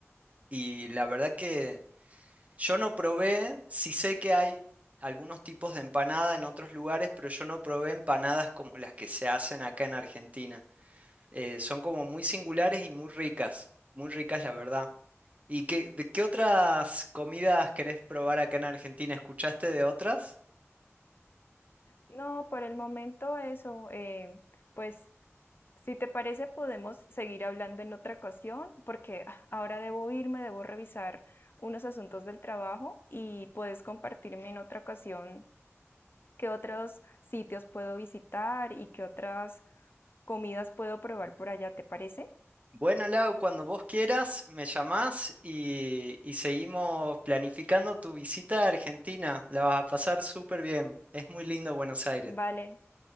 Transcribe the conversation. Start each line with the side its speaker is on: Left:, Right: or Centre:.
Right: y la verdad que... Yo no probé, sí sé que hay algunos tipos de empanada en otros lugares, pero yo no probé empanadas como las que se hacen acá en Argentina. Eh, son como muy singulares y muy ricas, muy ricas la verdad. ¿Y qué, de qué otras comidas querés probar acá en Argentina? ¿Escuchaste de otras?
Left: No, por el momento eso. eh, pues si te parece podemos seguir hablando en otra ocasión porque ah, ahora debo irme, debo revisar unos asuntos del trabajo y puedes compartirme en otra ocasión qué otros sitios puedo visitar y qué otras Comidas puedo probar por allá, ¿te parece?
Right: Bueno, Lau, cuando vos quieras, me llamás y, y seguimos planificando tu visita a Argentina. La vas a pasar súper bien. Es muy lindo Buenos Aires.
Left: Vale,